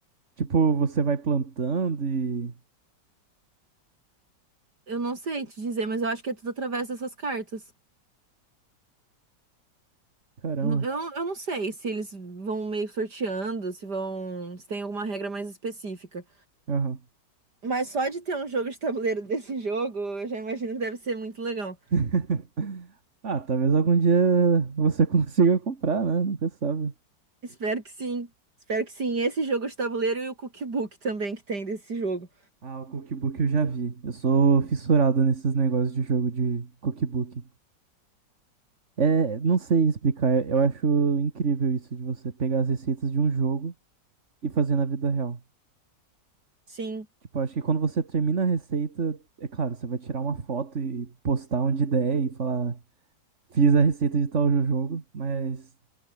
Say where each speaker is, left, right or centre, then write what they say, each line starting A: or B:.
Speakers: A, on the right; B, on the right.
A: Tipo, você vai plantando e.
B: Eu não sei te dizer, mas eu acho que é tudo através dessas cartas.
A: Caramba.
B: Não- Eu, não- eu não sei se eles vão meio sorteando, se vão, se tem alguma regra mais específica.
A: Aham.
B: Mas só de ter um jogo de tabuleiro <laughs> desse jogo, eu já imagino que deve ser muito legal.
A: <laughs> Ah, talvez algum dia você <laughs> consiga comprar, né? Nunca sabe.
B: Espero que sim. Espero que sim. Esse jogo de tabuleiro e o cookbook também que tem desse jogo.
A: Ah, o cookbook eu já vi. Eu sou fissurado nesses negócios de jogo de cookbook. É, não sei explicar. Eu acho incrível isso de você pegar as receitas de um jogo e fazer na vida real.
B: Sim.
A: Tipo, acho que quando você termina a receita, é claro, você vai tirar uma foto e postar onde der e falar, fiz a receita de tal jo- jogo, mas